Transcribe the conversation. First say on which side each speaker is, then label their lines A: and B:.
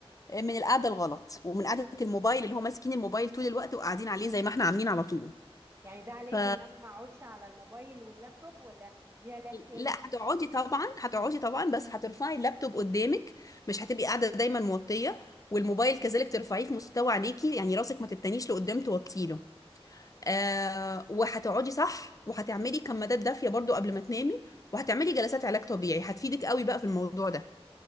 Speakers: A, on the left; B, on the right.
A: آه، من القعده الغلط ومن قعده الموبايل اللي هو ماسكين الموبايل طول الوقت وقاعدين عليه زي ما احنا عاملين على طول
B: يعني ده علاجه
A: ف
B: ان انا ما اقعدش على الموبايل واللابتوب ولا ليه علاج تاني
A: لا هتقعدي طبعا هتقعدي طبعا بس هترفعي اللابتوب قدامك مش هتبقي قاعده دايما موطيه والموبايل كذلك ترفعيه في مستوى عينيكي يعني راسك ما تتنيش لقدام توطيله آه وهتقعدي صح وهتعملي كمادات دافيه برضو قبل ما تنامي وهتعملي جلسات علاج طبيعي هتفيدك قوي بقى في الموضوع ده